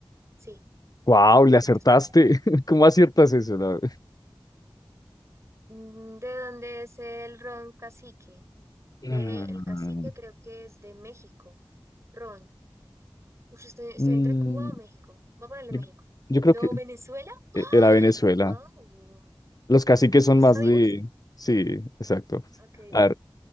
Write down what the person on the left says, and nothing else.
¡Wow!
Le acertaste.
<laughs> ¿Cómo aciertas eso?
la-
Mm,
mm,
yo,
yo creo
que
e- era Venezuela.
Los caciques son
más
de... Sí, exacto.
A ver,